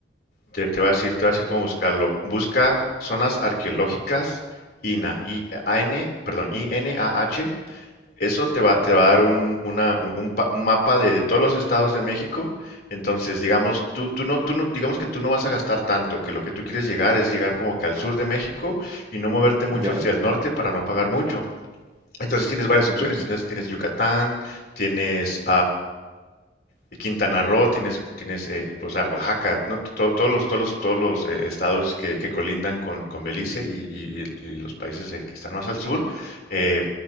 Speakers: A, on the left; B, on the right.
A: te, te voy a decir, te voy a decir cómo buscarlo. Busca zonas arqueológicas INAH, I- A-N, perdón, i n a h eso te va, te va a dar un, una- un- un pa- un mapa de, de todos los estados de México. Entonces, digamos, tú, tú no, tú no- digamos que tú no vas a gastar tanto, que lo que tú quieres llegar es llegar como que al sur de México y no moverte mucho
B: Ya.
A: hacia el norte para no pagar mucho. Entonces tienes varias
B: Oh,
A: opciones,
B: ya.
A: tienes, tienes Yucatán, tienes, y Quintana Roo, tienes, tienes eh, pues, a Oaxaca, ¿no? To- todos los, todos los, todos los eh, estados que, que colindan con, con Belice y, y- y los países eh, que están más al sur, eh,